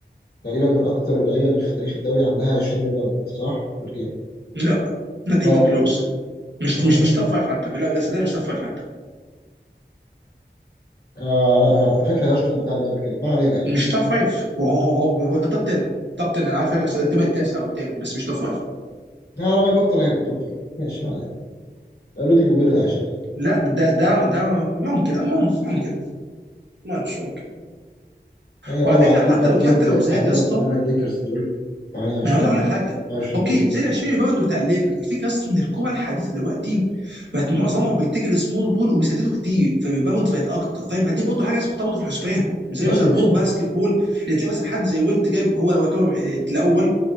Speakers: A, on the left; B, on the right.
A: تقريبا من أكتر اللعيبة اللي في تاريخ الدوري عندها 20 ريباوند صح؟ بالجيم
B: لا not
A: اه
B: even
A: اه
B: close مش
A: اه
B: مش مش
A: اه
B: توب فايف حتى لا يا سيدي مش توب فايف حتى
A: آه، آه، لا أنا أنا فاكر إن أنا شفت البتاع دي قبل كده ما علينا يعني
B: مش توب فايف هو هو هو هو, هو توب 10 توب 10 انا عارف فاكر اصل الثامن التاسع او الثامن بس مش توب فايف
A: على ما يبطل هيبقى توب فايف ماشي ما علينا رودي جوبير العاشر
B: لا ده ده ده ممكن ممكن ممكن مش ممكن
A: يعني هو
B: وعلى
A: لو
B: فكره
A: عملوا
B: حتى
A: كام
B: لو
A: جيم
B: حتى
A: زي
B: لو
A: اللي
B: زاد
A: عملهم
B: يا اسطى
A: قدام الليكرز دول 28
B: ما انا عاوز اقول
A: 24
B: لك حاجه اوكي
A: بوينت
B: زي ال 20 ريباوند بتاع الليكرز الفكره اصلا ان الكره الحديثه دلوقتي بقت معظمها بيتجه لسمول بول وبيسددوا كتير فالريباوندز بقت اكتر فاهم فدي برضه حاجه لازم تحطها برضه في الحسبان مش زي
A: ماشي
B: مثلا
A: دي مش
B: اولد باسكت بول اللي تلاقي مثلا حد زي ويلت جايب هو لو يعتبر الاول